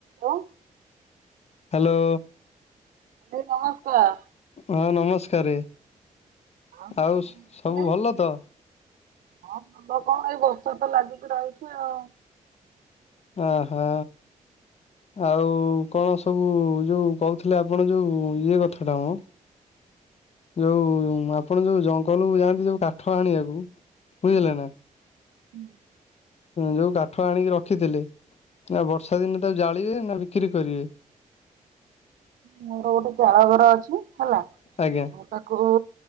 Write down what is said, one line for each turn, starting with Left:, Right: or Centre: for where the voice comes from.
Right: ହଁ।
Left: ହ୍ୟାଲୋ।
Right: ଆରେ କଣ କୁହ?
Left: ଆଉ ନମସ୍କାରେ
Right: କଣ
Left: ଆଉ
Right: କହୁଥିଲେ?
Left: ସବୁ ଭଲ ତ?
Right: ହଁ ଭଲ କଣ ଏଇ ବର୍ଷା ତ ଲାଗକିି ରହିଚି ଆଉ।
Left: ଅ ହୋ। ଆଉ କଣ ସବୁ ଯୋଉ କହୁଥିଲେ ଆପଣ ଯୋଉ ଇଏ କଥା ଟା ମ ଯୋଉ ଆପଣ ଯୋଉ ଜଙ୍ଗଲ ଯାଆନ୍ତି ଯୋଉ କାଠ ଆଣିବାକୁ
Right: <unintelligible>
Left: ବୁଝିଲେ ନା ଯୋଉ କାଠ ଆଣିକି ରଖିଥିଲେ ଆ ବର୍ଷା ଦିନେ ତାକୁ ଜାଳିବେ ନା ବିକ୍ରି କରିବେ?
Right: ମୋର ଗୋଟେ ଚାଳଘର ଅଛି ହେଲା
Left: ଆଜ୍ଞା
Right: ତା କୁ